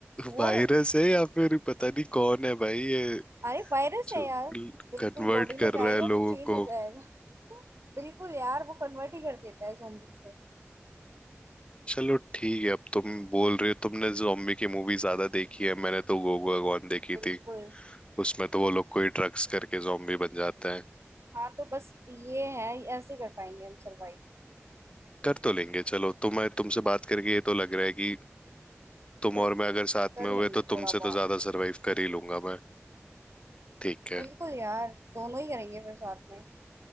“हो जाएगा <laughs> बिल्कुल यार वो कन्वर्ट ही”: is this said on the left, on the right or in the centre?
Right